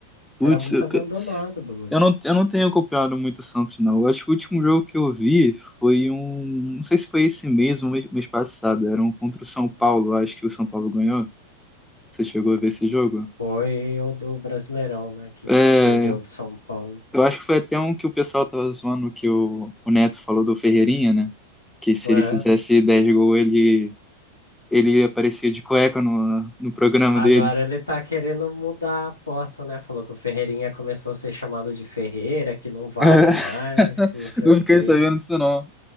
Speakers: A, in the centre; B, on the left.
A: Putz,
B: Era muito
A: eu,
B: abandonado o bagulho.
A: eu não, eu não tenho acompanhado muito o Santos, não. Eu acho que o último jogo que eu vi foi um, não sei se foi esse mês ou mês, mês passado, era um contra o São Paulo, eu acho que o São Paulo ganhou. Você chegou a ver esse jogo?
B: Foi o do Brasileirão, né, que
A: É,
B: perdeu do São Paulo.
A: Eu acho que foi até um que o pessoal tava zoando que o, o Neto falou do Ferreirinha, né? Que se
B: Aham.
A: ele fizesse 10 gols, ele, ele aparecia de cueca no, no programa
B: Agora
A: dele.
B: ele tá querendo mudar a aposta, né? Falou que o Ferreirinha começou a ser chamado de Ferreira, que não vale
A: <laughs>
B: mais, que não sei
A: Eu
B: o
A: fiquei
B: quê.
A: sabendo disso não.